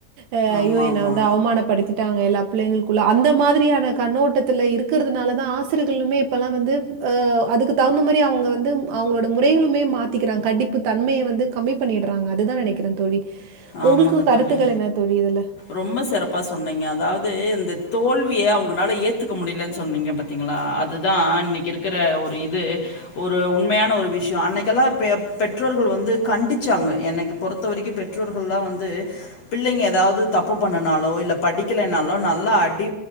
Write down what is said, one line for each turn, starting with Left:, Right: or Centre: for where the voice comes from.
Right: அ
Left: ஆமா
Right: அய்யோ என்ன
Left: ஆமா
Right: வந்து அவமானப்படுத்தி ட்டங்க எல்லா பிள்ளைங்களுக்குள்ள அந்த மாதிரியான கண்ணோட்டத்துல இருக்கறதுனால தா ஆசிரியகளுமே இப்பல்லா வந்து அ அதுக்கு தகுந்த மாரி அவங்கள வந்து அவங்களோட முறைகளுமே மாத்திக்கிறாங்க கடுப்பு தன்மைய வந்து கம்மி பண்ணிடுறாங்க அதுதா நெனைக்கிறே தோழி
Left: ஆமாங்க
Right: உங்களுக்கு கருத்துக்கள்
Left: தோழி
Right: என்ன தோழி இதுல
Left: ரொம்ப சிறப்பா சொன்னீங்க அதாவ்து இந்த தோல்விய அவங்கனால ஏத்துக்க முடியிலன் சொன்னீங்க பாத் தீங்ளா அதுதா இன்னிக்கு இருக்ற ஒரு இது ஒரு உண்மையான ஒரு விஷ்யோ அன்னைக்கெல்லா பெ பெற்றோர்கள் வந்து கண்டிச்சாங்க எனக்கு பொறுத்த வரைக்கூ பெற்றோர்கள்ல்லா வந்து பிள்ளைங்க எதாவ் ந்து தப்பு பண்ணனாலோ இல்ல படிக்கலனாலோ நல்லா அடி